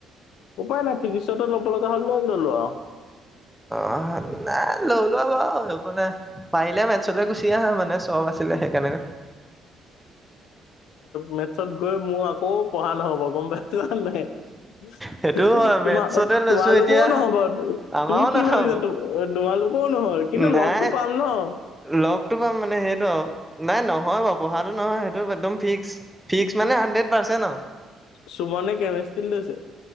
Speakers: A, on the left (about 80°); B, in the centre.
A: উপায় নাই ফিজিক্সতে ল'ব লগা হ'ল লৈ ল'লো আৰু।
B: অ নাই ল‌ই লোৱা বাৰু একো নাই পাৰিলে মেটছলৈ গুচি আহা মানে চব। আছিলে সেইকাৰণে।
A: মেটছত গৈ মোৰ আক। আকৌ পঢ়া নহব গম পাইছোঁ নে নাই
B: সেইটো হয় মেথছতে
A: তোমাৰ
B: লৈছো
A: তোমালোকৰোও
B: এতিয়া
A: নহব।
B: আমাৰো
A: তুমি কি
B: নহ'ব।
A: ভাবিছা তোমালোকৰও নহয় কিন্তু
B: নাই
A: লগটো পাম নহ।
B: <inaudible> নাই নহয় বাৰু পঢ়াটো নহয় সেইটো একদম ফিক্স ফিক্স মানে হাণ্ড্ৰেত পাৰ্চেণ্ট আৰু।
A: সুমনে কেমিষ্ট্ৰ্ৰীত লৈছে।